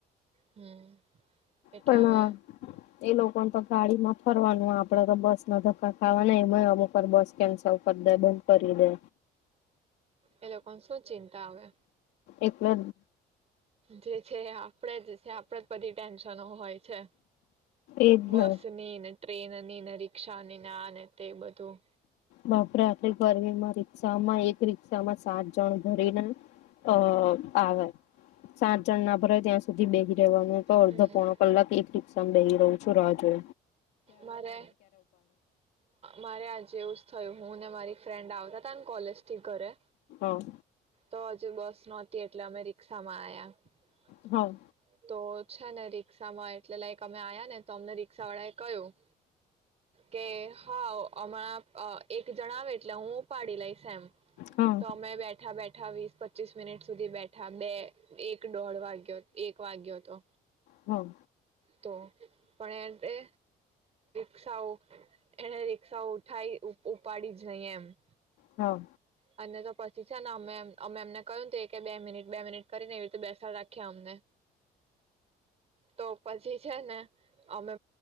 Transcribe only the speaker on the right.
હમ. એટલે
હવે
એ લોકો શું ચિંતા આવે?
જે છે આપણેે જે છે આપણેે જ બધી ટેન્શનો હોય છે.
બસનીન
ટ્રેન ની ને રી્ષાની આને તે બધું.
હમ
મારે, મારે આજે એ થયું હું ને મારી ફ્રેન્ડ આવતા હતા ને કોલેજ થી ઘરે.
તો હજુ બસ નહોતી એટલે અમે રિક્ષા માં આયા.
તો અચ્છા ને રીક્ષા માં એટલે લાઈક અમે આવ્યા ને તો અમને રીક્ષા વાળા એ કહ્યું, કે હા હમણાં એક જણાવ એટલે હું ઉપાડી લઈક એમ,
તો અમે બેઠાં બેઠાં વીસ પચીસ મિનિટ સુધી બેઠા બે એક દોઢ વાગ્યો એક વાગ્યો હતો.
તો પણ એ સાવો એને રિક્ષા ઉઠાઈ ઉપાડી નઈ એમ,
અને તો પછી છે ને અમે એમ અમે અમને કહ ત કે બે મિનિટ બે મિનિટ કરીને એવી રીતે બેસાડ રાખ્યા અમને, તો પછી છે, ને અમે